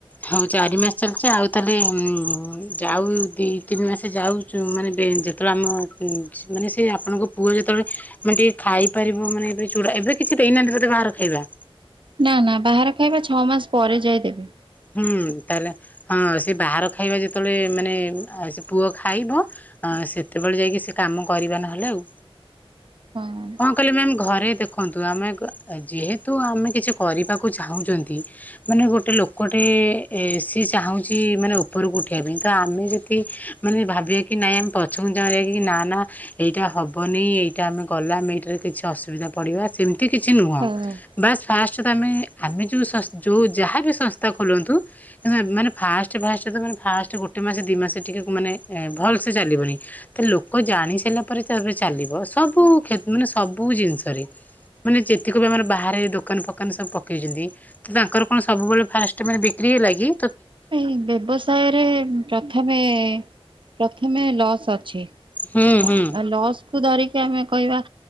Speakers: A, on the left; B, on the right.
A: ହଉ ଚାରି ମାସ ଚାଲିଛି ଆଉ ତାହେଲେ ଯାଉ ଦି ତିନି ମାସ। ସେ ଯାଉଛୁ ମାନେ ଯେତେବେଳେ ଆମ ମାନେ ସେ ଆପଣଙ୍କ ପୁଅ ଯେତେବେଳେ ମାନେ ଟିକେ ଖାଇପାରିବ ମାନେ ଏ ଚୁଡା ଏବେ କିଛି ଦେଇନାହାନ୍ତି ମତେ ବାହାର ଖାଇବା।
B: ନା ନା ବାହାର ଖାଇବା ଛଅ ମାସ ପରେ ଯାଇଦେବି।
A: ହୁଁ ତାହଲେ ହଁ ସେ ବାହାର ଖାଇବା ଯେତେବେଳେ ମାନେ ପୁଅ ଖାଇବ ସେତେବେଳେ ଯାଇକି ସେ କାମ କରିବା ନହେଲେ ଆଉ।
B: ହଁ।
A: କଣ କହିଲ ମ୍ୟା ଘରେ ଦେଖନ୍ତୁ ଆମେ ଯେହେତୁ ଆମେ କିଛି କରିବାକୁ ଚାହୁଁଛନ୍ତି ମାନେ ଗୋଟେ ଲୋକ ଗୋଟେ ସିଏ ଚାହୁଁଛି ମାନେ ଉପରକୁ ଉଠିବା ପାଇଁ ତ ଆମେ ଯଦି ମାନେ ଭାବିବା କି ନାଇଁ ଆମେ ପଛକୁ ଚାହୁଁିବା କି ନା ନା ଏଇଟା ହେବନି ଏଇଟା ଆମେ ଗଲାେ ଏଇଟାରେ କିଛି ଅସୁବିଧା ପଡ଼ିବା ସେମିତି କିଛି ନୁହଁ
B: ହଁ।
A: ବସ୍ ଫା ତାତ ଆମେ ଆମେ ଯେଉଁସ୍ ଯେଉଁ ଯାହାବି ସଂସ୍ ତ ଖୋଲନ୍ତୁ ଏ ମାନେ ଫାଷ୍ଟ ଫାଷ୍ଟ ତ ମାନେ ଫାଷ୍ଟେ ଗୋଟେ ମାସ ଦିମାସ ଟିକେ ମାନେ ଭଲ୍ ସେ ଚାଲିବନି ତ ଲୋକ ଜାଣିସଇଲା ପରେ ତାପରେ ଚାଲିବ ସବୁ କ୍ଷେ ମାନେ ସବୁ ଜିନଷ ରେ ମାନେ ଯେତିକ ବି ଆମର ବାହାରେ ସବୁ ଦୋକାନ ଫୋକାନ ପକେଇଚନ୍ତି ତ ତାଙ୍କର କଣ ସବୁବେଳେ ଫାସ ମାନେ ବିକ୍ରି ହେ ଲାଗି।
B: ଏ ବ୍ୟବସାୟରେ ପ୍ରଥମେ ପ୍ରଥମେ ଲସ୍ ଅଛି ହେଲା
A: ହୁଁ ହୁଁ
B: ଆ ଲସ୍କୁୁ ଧରିକି ଆମେ କହିବା